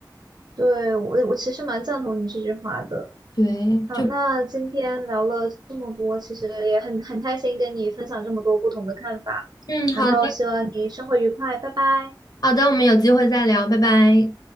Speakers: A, on the right; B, on the left.
A: 对，我我其实蛮赞同你这句话的。
B: 对，
A: 好，
B: 就
A: 那今天聊了这么多，其实也很很开心跟你分享这么多不同的看法，
B: 嗯，
A: 然后希望你生活愉快，
B: 好的，
A: 拜拜。
B: 好的，我们有机会再聊，拜拜。